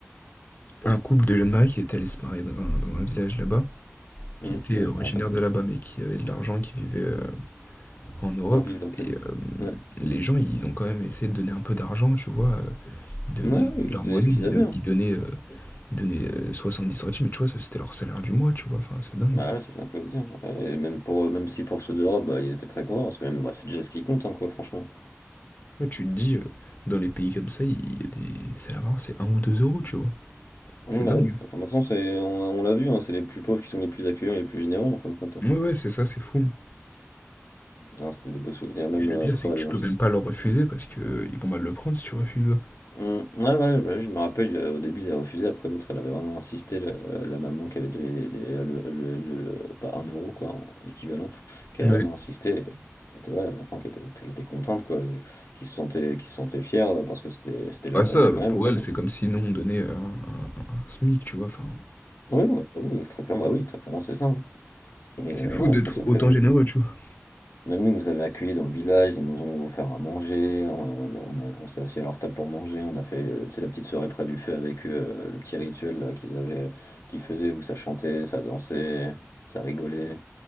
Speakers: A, on the left; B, on the left.
A: un couple de jeunes mariés qui était allé se marier dans un, dans un village là-bas,
B: Hum,
A: qui était
B: ouais,
A: originaire
B: je me rappelle.
A: de là-bas, mais qui avait de l'argent, qui vivait euh, en Europe.
B: En ville, en pleine
A: Et
B: ville.
A: euh,
B: Ouais.
A: les gens, ils ont quand même essayé de donner un peu d'argent, tu vois. euh, Ils donnaient
B: Ouais, oui,
A: de
B: ils
A: leur
B: donnaient
A: monnaie,
B: ce qu'ils
A: mais ils
B: avaient,
A: don-
B: hein.
A: ils donnaient, euh, ils donnaient, euh, dix centimes, mais tu vois, ça c'était leur salaire du mois, tu vois. Enfin, c'est dingue.
B: Bah ouais, c'est ça qu'il faut se dire. Ouais, et même pour, même si pour ceux d'Europe, bah, ils étaient très contents, parce que même, bah, c'est déjà ce qui compte, hein, quoi, franchement.
A: Ouais, tu te dis, heu, dans les pays comme ça, il y a des salaires vraiment, c'est un ou 2 euros tu vois?
B: Hum,
A: C'est dingue,
B: bah oui, c'est- de toute façon, c'est, on, on l'a vu, hein, c'est les plus pauvres qui sont les plus accueillants, les plus généreux, en fin de compte. hein.
A: hein. Ouais, ouais, c'est ça, c'est fou, hein
B: Non, c'était des beaux souvenirs, même
A: et le
B: euh,
A: pire,
B: après
A: c'est que
B: à
A: tu
B: l'agence.
A: peux même pas leur refuser parce que euh, ils vont mal le prendre si tu refuses.
B: Hum, Ouais, ouais, ouais, je me rappelle, euh, au début ils avaient refusé, après l'autre elle avait vraiment insisté, le- euh, la maman qui avait donné les- les- le, le- le- pas un euro quoi, en- l'équivalent, qui
A: Ouais.
B: avait vraiment insisté, et elle était, ouais, à la fin qui était, qui était contente quoi, et qui se sentait, qui se sentait fière euh, parce que c'était c'était leurs
A: Bah, ça,
B: amis quand même
A: pour
B: quoi.
A: elle
B: Donc,
A: c'est comme si nous, on donnait un un un SMIC, tu vois? Enfin,
B: oui, ouais, oui, très clairement, bah oui, très clairement c'est ça. hein. Et
A: c'est
B: euh,
A: fou
B: non,
A: d'être
B: en plus après
A: autant
B: même.
A: généreux, tu vois?
B: Même nous, ils nous avaient accueillis dans le village, ils nous ont offert à manger, on on on a on s'est assis à leur table pour manger, on a fait, heu, tu sais la petite soirée près du feu avec eux, heu, le petit rituel là qu'ils avaient qu'ils faisaient où ça chantait, ça dansait, ça rigolait.